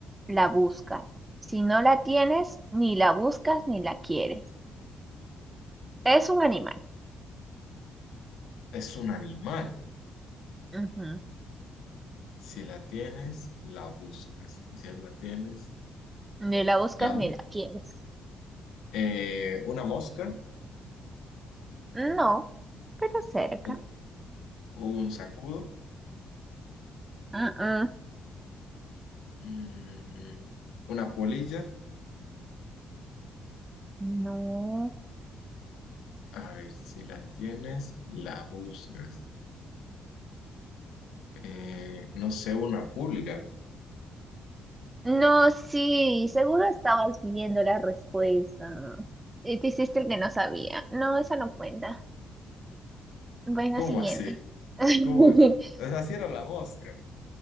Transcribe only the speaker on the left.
Es un animal.
Si la tienes, la buscas. Y si no la tienes,
la,
eh, una mosca,
un, un zancudo.
Mm, una polilla.
A ver, si la tienes, la buscas. Eh, no sé, una pulga.
¿Cómo
así?
¿Cómo? O sea, sí era la mosca.